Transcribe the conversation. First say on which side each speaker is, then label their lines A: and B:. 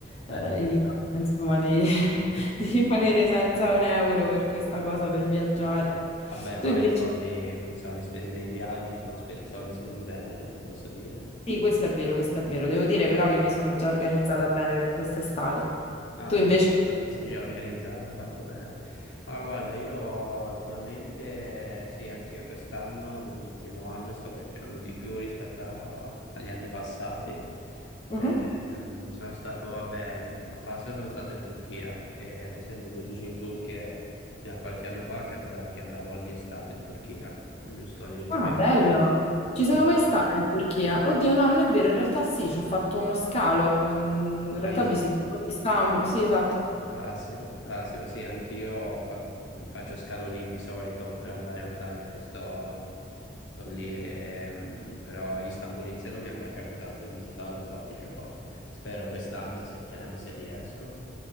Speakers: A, on the left; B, on the left.
A: eh,
B: Eh, ci
A: evitare,
B: sta.
A: insomma, di, <laughs>
B: <laughs>
A: di rimanere senza un euro per questa cosa del viaggiare.
B: Vabbè,
A: Tu
B: ma
A: invece,
B: i soldi, i soldi spesi nei viaggi sono spe- soldi spesi bene, eh, te posso dire.
A: sì, questo è vero, questo è vero. Devo dire però che mi sono già organizzata bene per quest'estate.
B: Ah,
A: Tu invece?
B: ecco, ti sei già organizzata, fatto bene. Ma guarda, io ultimamente, sì, anch'io quest'anno, nell'ultimo anno, sto viaggiando di più rispetto a- agli anni passati.
A: Mhm.
B: Ehm, sono stato, vabbè, in- a Pasqua sono stato in Turchia, che essendo di origini turche, fino a qualche anno fa capitava che andavo ogni estate in Turchia, giusto negli ultimi
A: Ah,
B: anni
A: bello. Ci
B: sono
A: sono mai
B: stato
A: stata in Turchia? Oddio, no, non è vero, in realtà sì, ci ho fatto uno scalo. mm, In realtà
B: a Istanbul.
A: ho visitato Istanbul, sì, esatto.
B: Classico, classico, sì, anch'io fa- faccio scalo lì di solito per andare a Antalya, che sto, sto lì, ehm, però Istanbul in sé non mi è mai capitato di visitarlo, infatti ce l'ho, spero quest'anno a settembre se riesco,